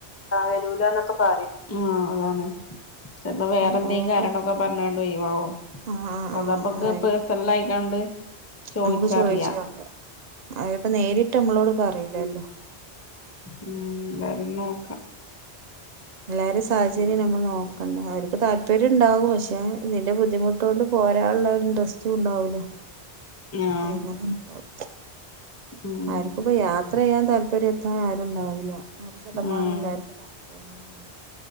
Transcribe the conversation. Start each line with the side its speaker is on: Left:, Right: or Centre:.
Left: ആഹ് വരൂലാന്നൊക്കെ പറിം ഉം അതാണ്. ചെലപ്പം വേറെ
Right: അപ്പൊ
Left: എന്തേം
Right: അതാരും
Left: കാരണൊക്കെ പറഞ്ഞാണ്ട് ഒഴിവാവും.
Right: ആഹ് ആഹ്
Left: അതമ്മക്ക്
Right: ആഹ് അതായിരു
Left: പേയ്സണലായിക്കാണ്ട് ചോയിച്ചറിയാ.
Right: നമുക്ക് ചോദിച്ചു നോക്കാം അവരിപ്പോ നേരിട്ടമ്മളോട് പറീലല്ലോ.
Left: ഉം എന്താലും നോക്കാ
Right: എല്ലാരിം സാഹചര്യം ഞമ്മൾ നോ നാേക്കണ്ടേ അവര്ക്ക് താല്പര്യംണ്ടാവും പക്ഷേ നിന്റെ ബുദ്ധിമുട്ട്കൊണ്ട് പോരാൻള്ളൻട്രസ് റ്റുംണ്ടാവൂല
Left: ആഹ്
Right: എങ്ങനെണ്ടാവും
Left: ഉം
Right: ആര്ക്കുംപ്പ യാ ത്ര യ്യാൻ താല്പര്യത്താൻ ആരുണ്ടാവൂല്ല നൂറ് ശതമാനം
Left: ഉം
Right: എല്ലാർക്കും താല്പര്യം തന്നെ